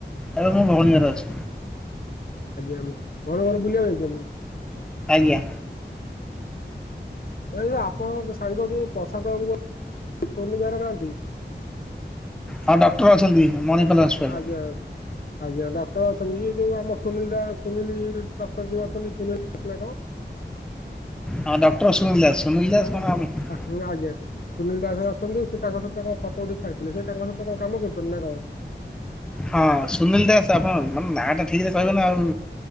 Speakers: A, in the centre; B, on the left (about 55°).
A: ଏବେ ମୋ ଭଉଣୀ ଘରେ ଅଛି
B: ଆଜ୍ଞା, ଘର ଘର ବୁଲିଆକୁ ଯାଇଛନି?
A: ଆଜ୍ଞା।
B: ଏଇ ଯୋଉ ଆପଣଙ୍କ ସାଙ୍ଗ ଯୋଉ ପ୍ରସାଦ ବାବୁ ଘ ପୂର୍ଣ୍ଣିମା ଘରେ ଖାଆନ୍ତି <unintelligible>
A: ହଁ ଡକ୍ଟର ଅଛନ୍ତି ମଣିପାଲ୍ ହସ୍ପିଟାଲ୍।
B: ଆଜ୍ଞା ଆଜ୍ଞା ଡକ୍ଟର ଅଛନ୍ତି ଇଏ ଯୋଉ ଆମ ସୁନୀଲ୍ ଦା ସୁନୀଲ୍ ଡକ୍ଟର ଯୋଉ ଅଛନ୍ତି ସୁନୀଲ ଦାସ୍ ନା କଣ?
A: ହଁ ଡକ୍ଟର ସୁନୀଲ ଦାସ୍ ସୁନୀଲ୍ ଦାସ୍ କଣ ଆଉ ମୁଁ
B: ହୁଁ ଆଜ୍ଞା ସୁନୀଲ୍ ଦାସ୍ ଅଛନ୍ତି ସେ ତାଙ୍କ ସହିତ କଁ ଫଟ ଉଠେଇ ଛାଡିଥିଲେ ସେ ତାଙ୍କ ସହିତ କଁ କାମ କରୁଛନ୍ତି ନା କଣ?
A: ହଁ ସୁନଲ୍ ଦାସ୍ ଆପଣ ହଁ ନାଁ ଟା ଠିକ୍ ସେ କହିବେ ନା ଆଉ।